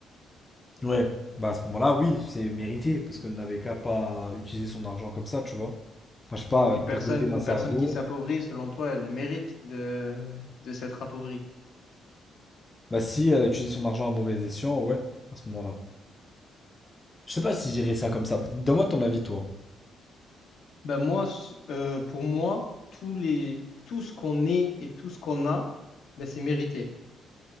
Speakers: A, on the left (about 15°); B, on the left (about 65°).
A: Ouais, bah à ce moment-là, oui, c'est mérité, parce qu'on n'avait qu'à pas utiliser son argent comme ça, tu vois. Enfin, je sais pas,
B: Donc
A: euh,
B: une personne,
A: t'es doté d'un
B: une
A: cerveau.
B: personne qui s'appauvrit, selon toi, elle mérite de, de s'être appauvrie.
A: Bah si, elle a utilisé son argent à mauvais escient, ouais, à ce moment-là. Je sais pas si j'irais ça comme ça. Donne-moi ton avis, toi.
B: Ben moi, s- euh, pour moi, tous les, tout ce qu'on est et tout ce qu'on a, ben c'est mérité.